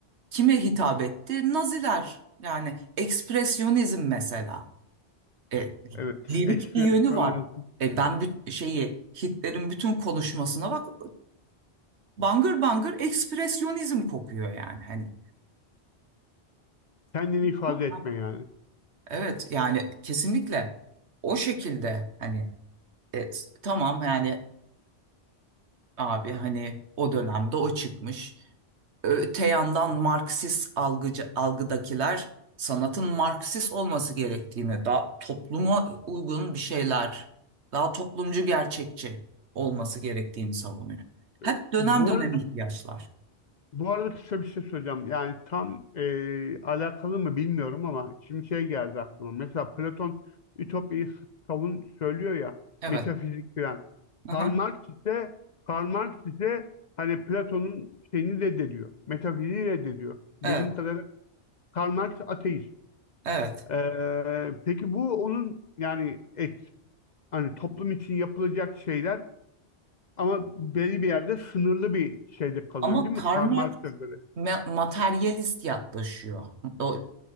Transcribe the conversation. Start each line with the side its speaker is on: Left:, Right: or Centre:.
Right: kime hitap etti? Naziler yani ekspresyonizm mesela. E,
Left: Evet.
Right: lirik
Left: Ekspresyon
Right: bir yönü var. E, ben büt- şeyi Hitler'in bütün konuşmasına bak bangır bangır ekspresyonizm kokuyor yani hani.
Left: kendini ifade
Right: Aha.
Left: etme yani.
Right: Evet yani kesinlikle o şekilde hani e, s- tamam yani abi hani o dönemde o çıkmış. Öte yandan Marksist algıcı, algıdakiler sanatın Marksist olması gerektiğini, daha topluma uygun bir şeyler, daha toplumcu gerçekçi olması gerektiğini savunuyor.
Left: E,
Right: Hep dönem
Left: Bu
Right: dönem
Left: arada
Right: ihtiyaçlar.
Left: Bu arada kısa bir şey söyleyeceğim. Yani tam e, alakalı mı bilmiyorum ama şimdi şey geldi aklıma. Mesela Platon Ütopya'yı savun söylüyor ya
Right: Evet.
Left: metafizik falan. Karl
Right: Aha,
Left: Marx ise Karl Marx ise hani Platon'un şeyini reddediyor. Metafiziği reddediyor. Benim
Right: evet.
Left: kadarıyla Karl Marx ateist.
Right: Evet.
Left: Ee, peki bu onun yani et hani toplum için yapılacak şeyler ama belli bir yerde sınırlı bir şeyde kalıyor
Right: Ama
Left: değil
Right: Karl
Left: mi? Karl
Right: Marx
Left: Marx'a göre.
Right: ma- materyalist yaklaşıyor. O,